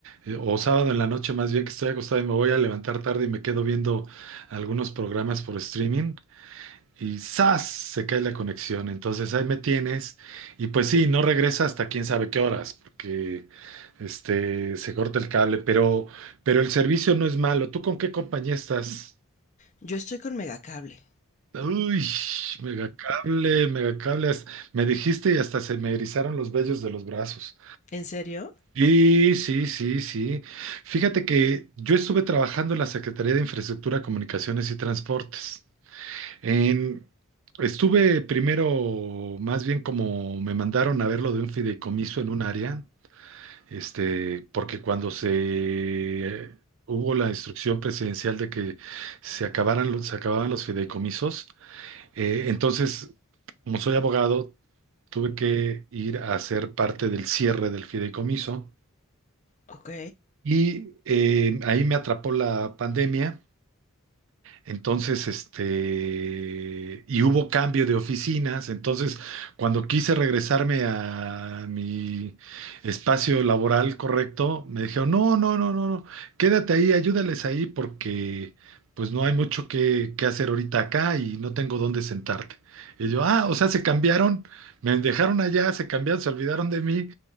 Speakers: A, on the right (about 65°); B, on the left (about 35°).
A: eh, o sábado en la noche más bien que estoy acostado y me voy a levantar tarde y me quedo viendo algunos programas por streaming y ¡zas! se cae la conexión. Entonces ahí me tienes y pues sí, no regresa hasta quién sabe qué horas porque este, se corta el cable, pero, pero el servicio no es malo. ¿Tú con qué compañía estás?
B: Yo estoy con megacable.
A: Uy, megacable, megacables. Me dijiste y hasta se me erizaron los vellos de los brazos.
B: ¿En serio?
A: Sí, sí, sí, sí. Fíjate que yo estuve trabajando en la Secretaría de Infraestructura, Comunicaciones y Transportes. En- estuve primero, más bien como me mandaron a ver lo de un fideicomiso en un área, este, porque cuando se hubo la instrucción presidencial de que se acabaran, los- se acababan los fideicomisos, eh, entonces, como soy abogado, tuve que ir a ser parte del cierre del fideicomiso
B: Ok.
A: y eh, ahí me atrapó la pandemia. Entonces, este, y hubo cambio de oficinas. Entonces, cuando quise regresarme a mi espacio laboral correcto, me dijeron, no, no, no, no, no, quédate ahí, ayúdales ahí porque pues no hay mucho que, que hacer ahorita acá y no tengo dónde sentarte. Y yo, ah, o sea, se cambiaron, me dejaron allá, se cambiaron, se olvidaron de mí